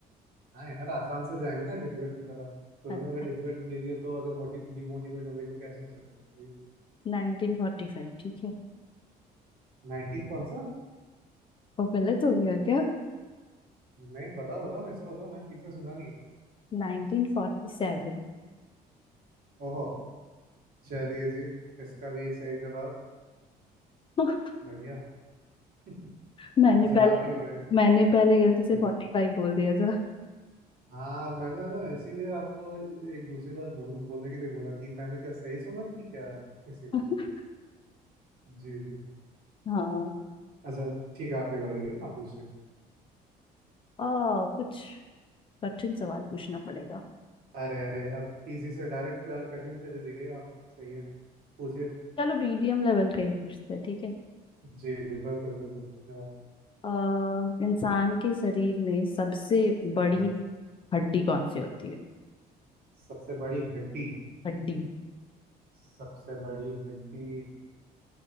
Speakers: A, on the right; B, on the left.
A: हाँ यार आसान से जाएंगे ना डिफिकल्ट की तरफ शुरू
B: अच्छा
A: में अगर डिफिकल्ट दे दिए तो अगर मोटिव डिमोटिवेट हो गई तो कैसे चलेगा बताइए
B: नाइनटीन फोर्टी फाइव ठीक है
A: नाइनटीन कौन सा
B: और गलत हो गया क्या
A: नहीं बताओ बताओ फिर से बताओ मैंने ठीक से सुना नहीं है
B: नाइनटीन फोर्टी सेवन
A: ओहो चलिए जी इसका भी सही जवाब
B: <laughs>
A: बढ़िया <laughs>
B: मैंने
A: अच्छा
B: पहले
A: आपकी बताइए
B: मैंने पहले गलती से
A: जी
B: फोर्टी
A: जी
B: फाइव बोल दिया था
A: हाँ मैंने ना इसीलिए आपको एक दूसरी बार बोल, बोलने के लिए बोला कि मैंने क्या सही सुना कि क्या इसीलिए
B: <laughs>
A: जी जी
B: हाँ
A: अच्छा ठीक है आपकी बारी है आप पूछिए
B: आ, कुछ कठिन सवाल पूछना पड़ेगा
A: अरे अरे अब इजी से डायरेक्ट कठिन पे चली गई आप सही है पूछिए
B: चलो मीडियम लेवल का ही पूछते हैं ठीक है
A: जी जी बिल्कुल बिल्कुल धन्यवाद
B: आ, इंसान के शरीर में सबसे बड़ी
A: हाँ
B: हड्डी कौन सी होती है
A: सबसे बड़ी हड्डी
B: हड्डी
A: सबसे बड़ी हड्डी